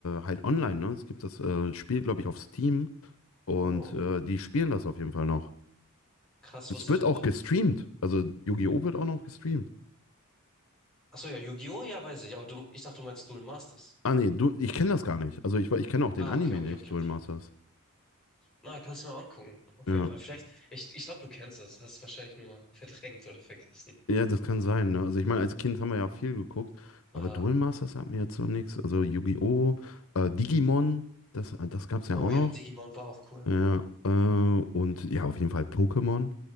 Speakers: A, on the left; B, in the centre.
A: halt online, ne? Es gibt das äh, Spiel, glaube ich, auf Steam und
B: Oh,
A: äh, die spielen das auf jeden Fall noch.
B: krass,
A: Es
B: wusste
A: wird
B: ich nicht.
A: auch gestreamt. Also Yu-Gi-Oh! wird auch noch gestreamt.
B: Achso, ja, Yu-Gi-Oh! ja, weiß ich, aber du, ich dachte, du meinst Duel Masters.
A: Ah nee, du, ich kenne das gar nicht. Also ich, war- ich kenne auch den
B: Ah,
A: Anime
B: okay, okay,
A: nicht,
B: okay,
A: Duel
B: okay.
A: Masters.
B: Na, kannst du mal angucken. Auf
A: Ja.
B: jeden Fall. Vielleicht, ich, ich glaube, du kennst das. Hast es wahrscheinlich nur verdrängt oder vergessen.
A: Ja, das kann sein, ne? Also ich meine, als Kind haben wir ja viel geguckt,
B: Ja.
A: aber Duel Masters sagt mir jetzt noch nichts. Also Yu-Gi-Oh! Äh, Digimon, das, das gab es ja
B: Oh
A: auch
B: ja,
A: noch.
B: Digimon war auch cool.
A: Ja, äh, und ja, auf jeden Fall Pokémon.